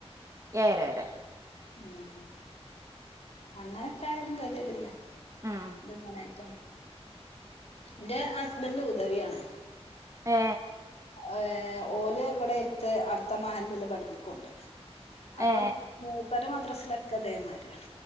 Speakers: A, on the right (about 30°); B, on the left (about 70°).
A: ഏയെര വെരെ.
B: മ് അങ്ങനക്കായാലും ഗത്യേടില്ല.
A: ഉം
B: ത് ങ്ങനായിറ്റ ന്റെ ഹസ്ബന്റ് ഉദവ്യാണ്
A: ഏ
B: ഏ ഓല് ഇവടെ എര്ത്ത് അട്ത്ത മഹല്ലില് പഠിപ്പിക്കുണ്ട്. അപ്പം
A: ഏ
B: മൂപ്പരെ മദ് പ്രസ്സിലൊക്കതേമാരിയാണ്.